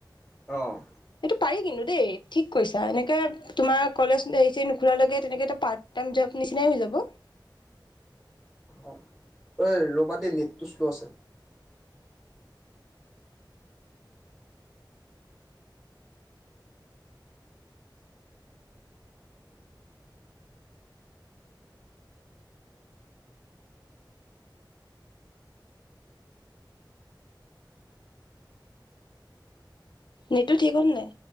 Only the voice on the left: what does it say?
সেইটো পাৰি কিন্তু দেই ঠিক কৈছা এনেকে, তোমাৰ কলেজ হেৰি চেৰি নোখোলালৈকে তেনেকে এটা পাৰ্টটাইম জব নিচিনাই হৈ যাব।
নেতটো ঠিক হ'ল নাই?